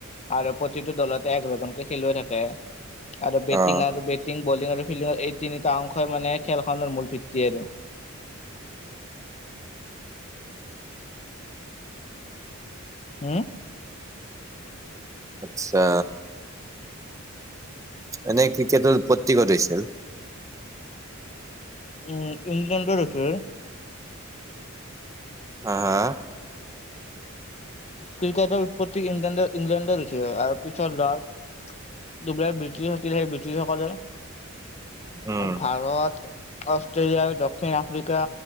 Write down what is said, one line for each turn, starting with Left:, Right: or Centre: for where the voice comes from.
Left: আৰু প্ৰতিটো দলতে এঘাৰজনকে খেলুৱৈ থাকে আৰু বেটিং
Right: অ',
Left: আৰু বেত টিং বলিং আৰু ফিল্ডিঙৰ এই তিনিটা অংশই মানে খেলখনৰ মূল ভিত্তি আৰু। হুম।
Right: আত্চ্ছা। এনে ক্ৰিকেটৰ উৎপত্তি ক'ত হৈছিল?
Left: উ ইংলেণ্ডৰ হৈছে।
Right: হা হা?
Left: ক্ৰিকেটৰ উৎপত্তি ইংলেণ্ড ইংলেণ্ডে হুচিহা আৰু পিছত দাৰ্ক দুবিলাই ব্ৰিটিছ আছিলে সেই ব্ৰিটিছসকলে
Right: উম
Left: ভাৰত, অষ্ট্ৰেলিয়া, দক্ষিণ আফ্ৰিকা,